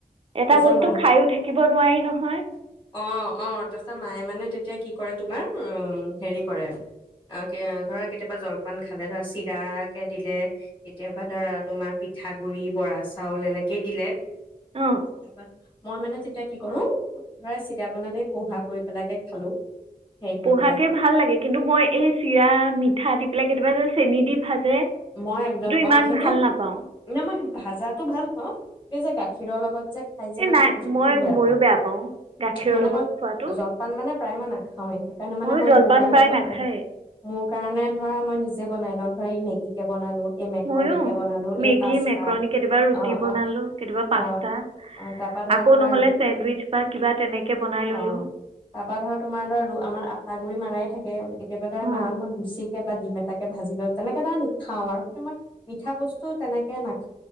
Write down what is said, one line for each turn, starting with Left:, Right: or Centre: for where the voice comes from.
Right: এটা
Left: তাৰছত
Right: বস্তু
Left: মা
Right: খায়ো থাকিব নোৱাৰি নহয়
Left: অ', অ' তাৰছত মায়ে মানে তেতিয়া কি কৰে তোমাৰ উ। হেৰি কৰে অ'ধৰা কেতিয়াবা জলপান খালে ধৰা চিৰা কে দিলে কেতিয়াবা ধৰা তোমাৰ পিঠাগুৰি বৰা চাউল এনেক কি দিলে
Right: অঁ
Left: তাৰপা মই মানে তেতিয়া কি কৰো ধৰা চিৰা বনালে পোহা কৰি পেলাকে খালো। হেৰি কৰি
Right: পঢ়াকে
Left: পেলাই
Right: ভাল লাগে কিন্তু মই এই চিৰা মিঠা দি পেলাই কেতিয়াবা যে চেনি দি ভাজে
Left: মই একদম অ'
Right: ইমান
Left: সেইটো
Right: ভাল নাপাওঁ
Left: ন মই ভাজাতটো ভাল পাওঁ, এই যে গাখীৰৰ লগত যে খাই যে
Right: এই
Left: মই
Right: নাই
Left: সেই বস্তুটোও
Right: মই
Left: বেয়া
Right: ময়ো
Left: পাওঁ
Right: গাখীৰৰ
Left: মানে
Right: লগত
Left: মই
Right: খোৱাটো
Left: জলপান মানে প্ৰায় মই নাখাওঁৱেই। সেইকাৰণে মানে
Right: ময়ো
Left: মই
Right: জলপান
Left: মোৰ কাৰণে,
Right: প্ৰায়
Left: অ
Right: নাখায়েই
Left: মোৰ কাৰণে ধৰা মই নিজে বনাই লওঁ ধৰা এই মেগী কে বনালো। এই মেক্ৰণীকে
Right: ময়ো
Left: বনালো
Right: মেগী
Left: এই পাস্তা
Right: মেক্ৰণী কেতিয়াবা ৰুটি
Left: অ
Right: বনালোঁ
Left: অ
Right: কেতিয়াবা পাস্তা
Left: অ অ তাৰপৰা ধৰা
Right: আকৌ
Left: তোমাৰ
Right: নহ'লে চেণ্ডউইচ বা কিবা তেনেকে বনাই ল'লোঁ
Left: অ তাৰপৰা ধৰা তোমাৰ ধৰা আমাৰ আটা গুৰি মাৰাই থাকে কেতিয়াবা ধই
Right: অঁ
Left: মাৰ মই গুচি। কে বাদ দিম এটা ভাজি লল তেনে খাওঁ আৰু হেইটো মই। মিঠা বস্তু তেনেকে নাখ